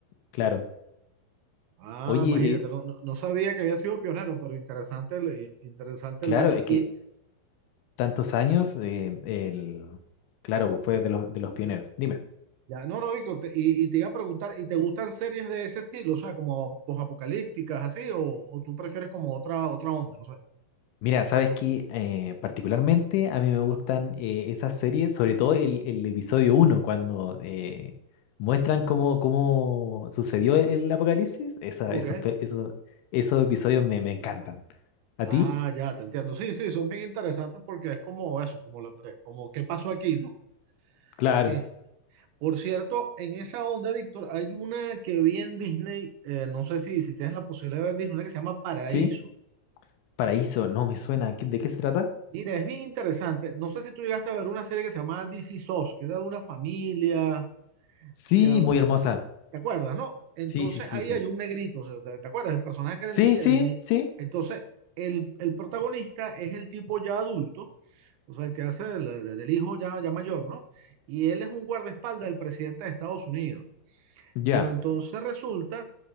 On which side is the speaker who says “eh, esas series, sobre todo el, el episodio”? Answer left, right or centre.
Left